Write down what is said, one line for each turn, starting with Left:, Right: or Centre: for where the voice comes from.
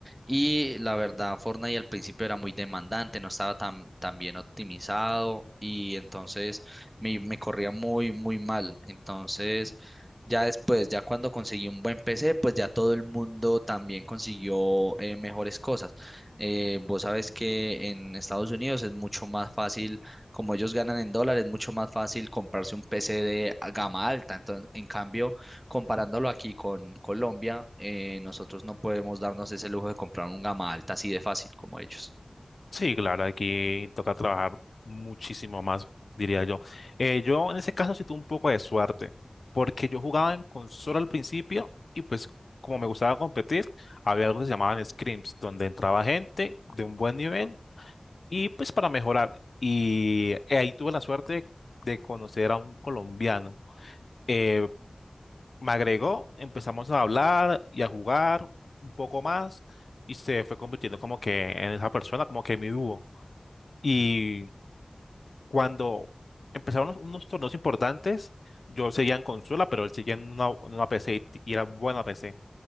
Right: Y la verdad, Fortnite al principio era muy demandante, no estaba tan, tan bien optimizado y entonces me, me corría muy, muy mal. Entonces, ya después, ya cuando conseguí un buen PC, pues ya todo el mundo también consiguió eh, mejores cosas. Eh, vos sabes que en Estados Unidos es mucho más fácil como ellos ganan en dólares, es mucho más fácil comprarse un PC de a- gama alta. Entonces, en cambio, comparándolo aquí con Colombia, eh, nosotros no podemos darnos ese lujo de comprar un gama alta así de fácil como ellos.
Left: Sí, claro, aquí toca trabajar muchísimo más, diría yo. Eh, yo en ese caso sí tuve un poco de suerte, porque yo jugaba en consola al principio y pues como me gustaba competir, había algo que se llamaban scrims, donde entraba gente de un buen nivel y pues para mejorar. Y eh, ahí tuve la suerte de conocer a un colombiano. Eh, me agregó, empezamos a hablar y a jugar un poco más y se fue convirtiendo como que en esa persona, como que mi dúo. Y cuando empezaron unos, unos torneos importantes, yo seguía en consola, pero él seguía en una, en una PC y, t- y era buena PC.